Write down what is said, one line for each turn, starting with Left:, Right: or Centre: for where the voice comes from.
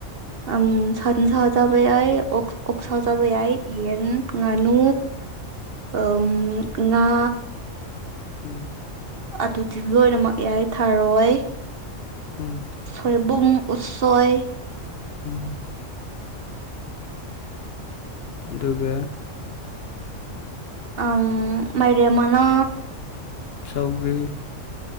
Right: ꯎꯝ ꯁꯟ ꯁꯥ ꯆꯥꯕ ꯌꯥꯏ ꯑꯣꯛ ꯑꯣꯛ ꯁꯥ ꯆꯥꯕ ꯌꯥꯏ ꯌꯦꯟ ꯉꯥꯅꯨ ꯎꯝ ꯉꯥ
Left: ꯎꯝ
Right: ꯑꯗꯨꯗꯤ ꯂꯣꯏꯅꯃꯛ ꯌꯥꯏ ꯊꯥꯔꯣꯏ
Left: ꯎꯝ
Right: ꯁꯣꯏꯕꯨꯝꯨꯡ ꯎꯠꯁꯣꯏ
Left: ꯎꯝ ꯑꯗꯨꯒ
Right: ꯑ ꯃꯔꯦꯃꯅ
Left: ꯁꯧꯒꯔꯤ